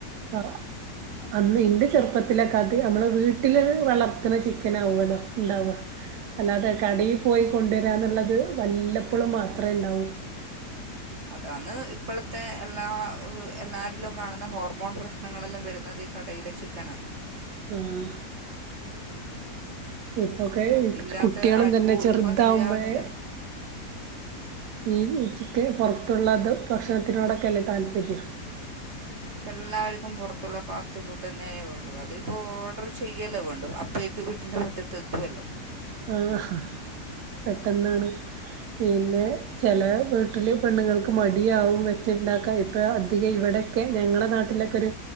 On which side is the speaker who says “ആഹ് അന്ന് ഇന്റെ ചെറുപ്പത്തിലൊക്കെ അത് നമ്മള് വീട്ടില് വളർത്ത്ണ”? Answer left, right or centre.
Right